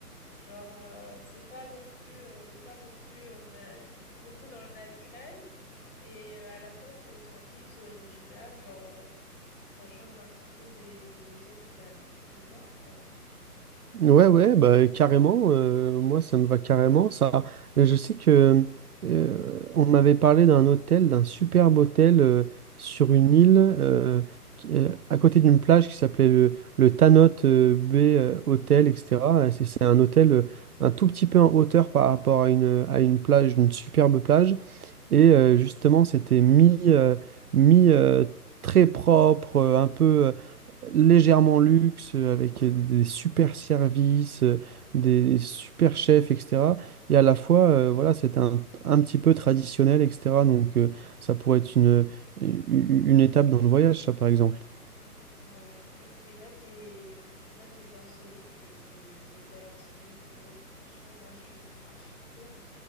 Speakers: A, on the left; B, on the right.
A: Genre, euh, c'est pas non plus, euh, on n'est pas non plus, on a beaucoup dans le naturel et euh, à la fois c'est authentique, c'est original, genre, euh, ça change un petit peu des, des hôtels qu'on a l'habitude de voir, quoi.
B: Ouais, ouais, bah, carrément. euh, moi, ça me va carrément. Ça, Et je sais que euh, on m'avait parlé d'un hôtel, d'un superbe hôtel euh, sur une île euh, qui- euh, à côté d'une plage qui s'appelait le, le Tanot euh, Bay euh, Hotel, etc. C'est c'est un hôtel euh, un tout petit peu en hauteur par rapport à une, à une plage, une superbe plage. Et euh, justement, c'était mis, euh, mis euh, très propre, euh, un peu euh, légèrement luxe, euh, avec euh, des super services, euh, des super chefs, etc. Et à la fois, euh, voilà, c'était un, un petit peu traditionnel, etc. Donc, euh, ça pourrait être une, une une étape dans le voyage, ça, par exemple.
A: Ouais, ok, même les, même les insolites, les, les, les hôtels insolites ou autres, franchement, moi je suis archi pour.